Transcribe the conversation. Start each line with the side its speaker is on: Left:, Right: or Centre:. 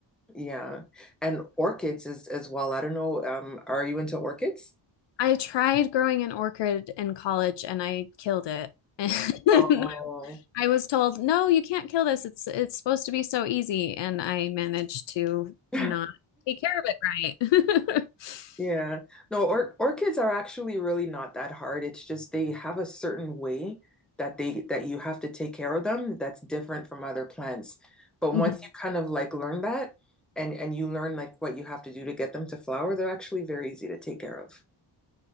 Centre: Yeah. And orchids is as well. I don't know. Um, are you into orchids?
Left: I tried growing an orchid in college and I killed it. <laughs>
Centre: Oh.
Left: I was told, "No, you can't kill this. It's it's supposed to be so easy." And I managed to
Centre: <laughs>
Left: not take care of it right. <laughs>
Centre: Yeah. No, or orchids are actually really not that hard. It's just they have a certain way that they that you have to take care of them that's different from other plants. But once
Left: Mhm.
Centre: you kind of like learn that and and you learn like what you have to do to get them to flower, they're actually very easy to take care of.